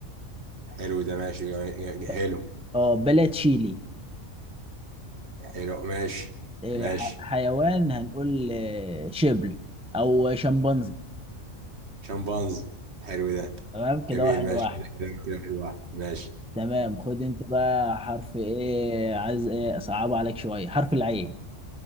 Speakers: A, on the right; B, in the centre.
A: حلو ده ماشي جميل- جميل-
B: ب-
A: حلو
B: اه بلد شيلي
A: حلو ماشي
B: إيه،
A: ماشي
B: ح- حيوان هنقول إيه، شبل او شمبانزي
A: شمبانز حلو ده
B: تمام كده
A: جميل
B: واحد
A: ماشي
B: واحد
A: كده كده شكراً. كده في الواحد ماشي
B: تمام خد انت بقى حرف ايه عايز ايه صعب عليك شويه حرف العين